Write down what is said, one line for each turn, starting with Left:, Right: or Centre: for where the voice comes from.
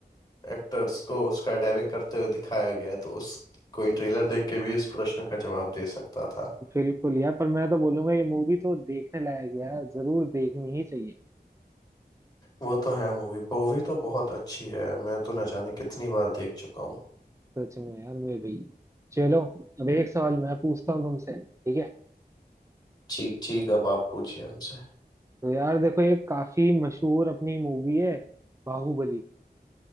Left: एक्टर्स को स्काई डाइविंग करते हुए दिखाया गया है तो उस कोई ट्रेलर देख के भी इस प्रश्न का जवाब दे सकता था
Right: बिल्कुल यार पर मैं तो बोलूंगा ये मूवी तो देखने लायक है यार जरूर देखनी ही चाहिए
Left: वो तो है मूवी मूवी तो बहुत अच्छी है मैं तो न जाने कितनी बार देख चुका हूँ
Right: सच में यार मैं भी चलो अब एक सवाल मैं पूछता हूँ तुमसे ठीक है
Left: ठीक ठीक अब आप पूछिए हमसे
Right: तो यार देखो ये काफी मशहूर अपनी मूवी है बाहुबली